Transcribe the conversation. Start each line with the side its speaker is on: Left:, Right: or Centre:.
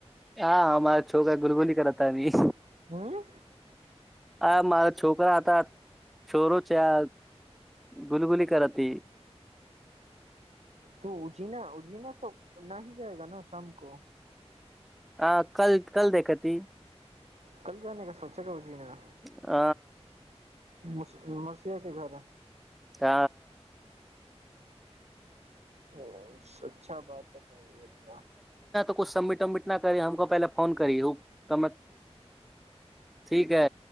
Centre: हँ हमरा छौका गुलगुली करततानि
Right: हम्म
Centre: आ मरा छोकरा छोर छै आ गुलगुली करत ह इ
Right: तू उ जीना उ जीना तऽ न ही जायगा न शाम को
Centre: आ कल कल देखै ती
Right: कल जाने का सोचेगा ओ जीना
Centre: ह
Right: मौस मौसीहा के घर ह
Centre: ह
Right: ओ अच्छा बात ह अपना
Centre: उ सबिटिट वबमिट ना करि हमको पहिने फोन करी रूक त मत ठीक है